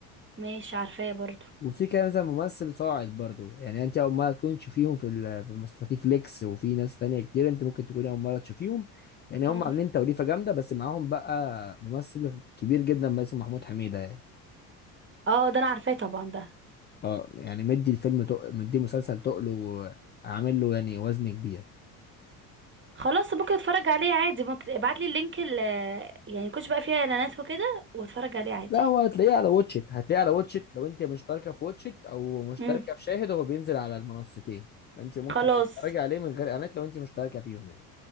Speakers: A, on the right; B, on the left.
A: ماشي عارفاه برضو
B: وفي كده مثلا ممثل صاعد برضو يعني انت اول مره تكون تشوفيهم في ال- في المسلسل في فليكس وفي ناس تانية كتير انت ممكن تكوني اول مره تشوفيهم يعني هم
A: مم.
B: عاملين توليفه جامده بس معاهم بقى ممثل كبير جدا بس اسمه محمود حميده يعني
A: اه ده انا عارفاه طبعا ده
B: اه يعني مدي الفيلم تق... مدي مسلسل تقله وعامل له يعني وزن كبير
A: خلاص ممكن اتفرج عليه عادي ممكن ابعت لي اللينك ال يعني كنتش بقى فيها اعلانات وكده واتفرج عليه عادي
B: لا هو هتلاقيه على واتشت هتلاقيه على واتشت لو انت مشتركه في واتشت او مشتركه
A: مم.
B: في شاهد هو بينزل على المنصتين فانت ممكن
A: خلاص
B: تتفرجي عليه من غير اعلانات لو انت مشتركه فيهم يعني